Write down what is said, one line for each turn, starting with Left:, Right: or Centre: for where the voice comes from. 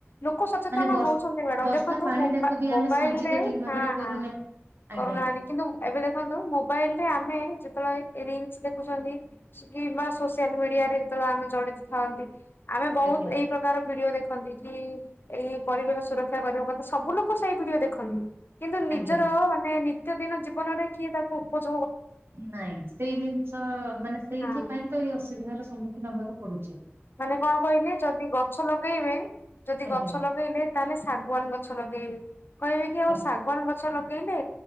Left: ଲୋକ ସଚେତନ
Right: ମାନେ ବର୍ଷ
Left: ହଉଛନ୍ତି ମାଡାମ
Right: ବର୍ଷା
Left: ଦେଖନ୍ତୁ
Right: ପାଣି
Left: ମୋବା
Right: ଟାକୁ ବି ଆମେ
Left: ମୋବାଇଲରେ
Right: ସଞ୍ଚିତ
Left: <unintelligible>
Right: ଠିକ ଭାବରେ କରୁନେ। ଆଜ୍ଞା
Left: କରୁନାହାନ୍ତି କିନ୍ତୁ ଏବେ ଦେଖନ୍ତୁ ମୋବାଇଲରେ ଆମେ ଯେତେବେଳେ ରିଲ୍ସ୍ ଦେଖୁଛନ୍ତି ସୁକିମ୍ବା ସୋସିଆଲ ମିଡିଆରେ ଯେତେବେଳେ ଆମେ ଚଳି ଥାଆନ୍ତି। ଆମେ ବହୁତ୍
Right: ଆଜ୍ଞା
Left: ଏଇ ପ୍ରକାର ଭିଡିଓ ଦେଖୁ। ଦେଖନ୍ତି କି ଏଇ ପରିବେଶ ସୁରକ୍ଷା କରିବା କଥା ସବୁ ଲୋକ ସେଇ ଭିଡିଓ ଦେଖନ୍ତି। କିନ୍ତୁ ନିଜର
Right: ଆଜ୍ଞା।
Left: ମାନେ ନିତ୍ୟଦିନ ଜୀବନରେ କିଏ ତାକୁ ଉପସ
Right: ନାଇଁ ସେଇ ଦିନିଷ ମାନେ ସେଇଥିପାଇଁ
Left: ହଁ।
Right: ତ ଏଇ ଅସୁବିଧାର ସମ୍ମୁଖୀନ ହବାକୁ ପଡୁଚି।
Left: ମାନେ କଣ କହିଲେ ଯଦି ଗଛ ଲଗେଇବେ ଯଦି
Right: ଆଜ୍ଞା
Left: ଗଛ ଲଗେଇଲେ ତାହେଲେ ଶାଗୁଆାନ ଗଛ ଲଗେଇବେ। କହିବେ କି ଆଉ
Right: ଆ
Left: ଶାଗୁଆନ ଗଛର ଲ ଲଗେଇଲେ